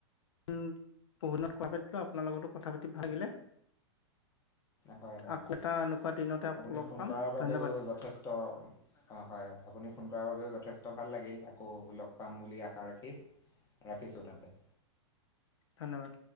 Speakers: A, on the left; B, on the left.
A: উ বহুদিনত কথা পাতিলোঁ আপোনাৰ লগতো কথা পাতি ভাল লাগিলে
B: হয় হয়
A: আকৌ এটা এনেকুৱা দিনতে আপোনাক
B: আপুনি
A: লগ
B: ফোন
A: পাম
B: কৰাৰ বাবেও
A: ধন্যবাদ
B: যথেষ্ট অঁ হয় আপুনি ফোন কৰাৰ বাবেও যথেষ্ট ভাল লাগিল আকৌ লগ পাম বুলি আশা ৰাখি ৰাখিছো তাতে।
A: ধন্যবাদ।